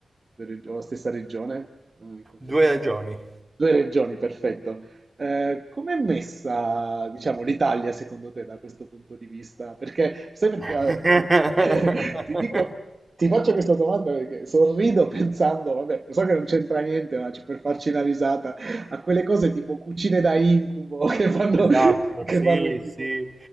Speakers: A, on the right; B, on the right.
A: due reg- o la stessa regione, eh, in qualche
B: due
A: modo.
B: ragioni.
A: 2 regioni, perfetto. Ehm, com'è messa, diciamo, l'Italia secondo te da questo punto di vista? Perché, sai perché,
B: <laughs>
A: <laughs> ti ti dico, ti faccio questa domanda perché sorrido pensando, vabbè, lo so che non c'entra niente, ma c- per farci una risata, a quelle cose tipo cucine da incubo <laughs> che fanno,
B: Esatto,
A: che
B: sì,
A: fanno in tipo...
B: sì.